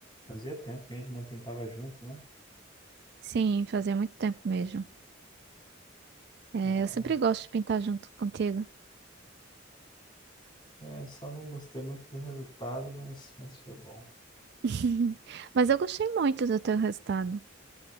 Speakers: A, on the left; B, on the right.
A: Fazia tempo que a gente não pintava junto, né?
B: Sim, fazia muito tempo mesmo. É,
A: É,
B: eu sempre gosto de pintar junto contigo.
A: é, só não gostei muito do resultado, mas, mas foi bom.
B: <laughs> Mas eu gostei muito do teu resultado.